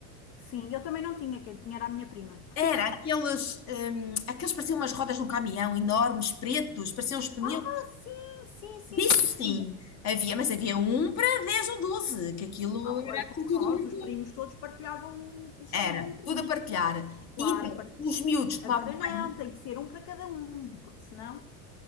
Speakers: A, on the left; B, on the left.
A: sim, eu também não tinha, quem tinha era a minha prima.
B: era aquelas, hum, aqueles pareciam umas rodas de um caminhão enormes, pretos, pareciam os pneus.
A: Ah, sim, sim, sim,
B: Disso
A: sim, sim.
B: sim, havia, mas havia um para 10 ou 12 que aquilo
A: Ah, pô,
B: era
A: é
B: assim
A: como
B: tudo
A: nós,
B: muito.
A: os primos todos partilhavam o colchão
B: Era,
A: de um primo.
B: tudo a partilhar.
A: Claro,
B: E Então,
A: par-
B: os miúdos tomavam
A: agora não,
B: banho,
A: tem que ser um para cada um, porque senão,